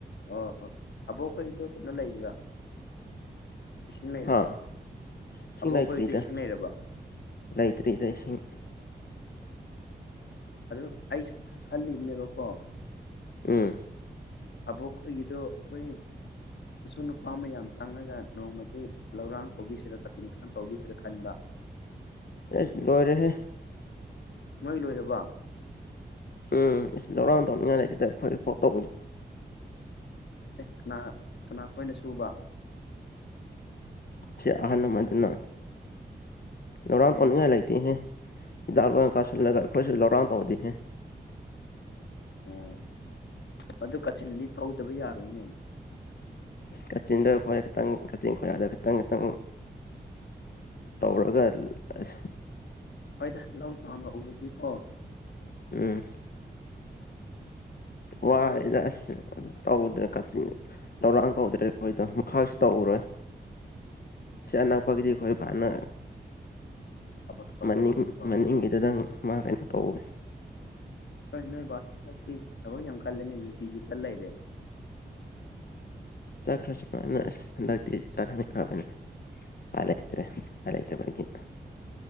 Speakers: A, on the left; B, on the left.
A: ꯑꯣ ꯍꯣ ꯑꯕꯣꯛꯈꯩꯗꯣ ꯀꯩꯅꯣ ꯂꯩꯕ꯭ꯔꯥ ꯏꯁꯤꯡ ꯂꯩꯔꯕ
B: ꯍꯥ ꯏꯁꯤꯡ
A: ꯑꯕꯣꯛ
B: ꯂꯩꯇ꯭ꯔꯤꯗ
A: ꯈꯣꯏꯗ ꯏꯁꯤꯡ ꯂꯩꯔꯕ
B: ꯂꯩꯇ꯭ꯔꯤꯗ ꯏꯁꯤꯡ
A: ꯑꯗꯨ ꯑꯩꯁꯨ ꯈꯜꯂꯤꯕꯅꯦꯕꯀꯣ
B: ꯎꯝ
A: ꯑꯕꯣ ꯈ ꯌꯗ ꯑꯩꯈꯣꯏ ꯑꯁꯨ ꯅꯨꯄꯥ ꯃꯌꯥꯝ ꯆꯪꯉꯒ ꯅꯣꯡꯃꯗꯤ ꯂꯧꯔꯥꯡ ꯇꯧꯕꯤꯁꯤꯔꯥ ꯀꯥꯆꯤꯟ ꯀꯊꯪ ꯇꯧꯕꯤꯁꯤꯔꯥ ꯈꯟꯕ <inaudible>
B: ꯑꯦ ꯂꯣꯏꯔꯦꯍꯦ
A: ꯃꯣꯏ ꯂ ꯑꯣꯏꯗꯕ
B: ꯎꯝ ꯂꯔꯥꯡꯗ ꯂꯩ ꯆꯗ ꯑꯩꯈꯣꯏ ꯐꯣꯠꯇꯣ
A: ꯑꯦ ꯀꯅꯥ ꯀꯅꯥ ꯑꯩꯣꯏꯅ ꯁꯨꯕ
B: ꯁꯤ ꯑꯍꯟꯃꯗꯨꯅ ꯂꯧꯔ
A: ꯑꯦ
B: ꯇꯧꯅꯤꯡꯉꯥꯏ ꯂꯩꯇꯦꯍꯦ ꯍꯤꯗꯥꯛ ꯂꯣꯏ ꯀꯥꯁꯤꯜꯂꯒ ꯑꯩꯈꯣꯏꯁꯨ ꯂꯧꯔꯥꯎ ꯇꯧꯗꯅꯦ
A: ꯎꯝ ꯑꯗꯨ ꯀꯥꯆꯤꯟꯗꯤ ꯇꯧꯗꯕ ꯌꯥꯔꯣꯏꯅꯦ
B: ꯑ ꯀꯛꯆꯤꯟꯗ ꯈꯣꯏ ꯈꯤꯇꯪ ꯀꯛꯆꯤꯟ ꯈꯣꯏ ꯑꯗ ꯈꯤꯇꯪ ꯈꯤꯇꯪ ꯇꯧꯔꯒ ꯑꯁ
A: ꯍꯣꯏꯗ ꯂꯧ ꯆꯥꯅ ꯎꯔꯗꯤꯀꯣ
B: ꯑ
A: ꯑꯩꯈꯣꯏ
B: ꯋꯥꯏꯗꯁꯤ ꯇꯧꯗ꯭ꯔꯦ ꯀꯥꯆꯤꯟ ꯂꯧꯧꯔꯥꯡ ꯇꯧꯗ꯭ꯔꯦ ꯑꯩꯈꯣꯏꯗ ꯃꯈꯥꯁꯨ ꯇꯧꯔꯔꯣꯏ ꯁꯤꯅꯄꯒꯗꯤ ꯈ ꯄꯅ
A: ꯊꯕꯛ ꯊꯕꯛ
B: ꯃꯅꯤꯡ
A: ꯇꯧꯔꯝꯃꯅꯤꯀꯣ
B: ꯃꯅꯤꯡꯒꯤꯗꯨꯗꯪ ꯃꯥ ꯀꯩꯅꯣ ꯇꯧꯒꯦ
A: ꯍꯣꯏ ꯅꯣꯏ ꯕꯥꯁ ꯍꯟꯗꯛꯇꯤ ꯊꯕꯛ ꯌꯥꯝ ꯀꯜꯂꯦꯅꯦ ꯅꯨꯡꯇꯤꯒꯤ ꯆꯠ ꯂꯩꯔꯦ
B: ꯆꯥ ꯈ꯭ꯔꯁꯨ ꯐꯥ ꯑꯁ ꯍꯟꯗꯛꯇꯤ ꯆꯥ ꯍꯥꯟꯈ꯭ꯔꯕꯅꯦ ꯑꯂꯦ ꯏꯇꯔ ꯑꯂꯩ ꯏꯇ ꯐꯒꯤ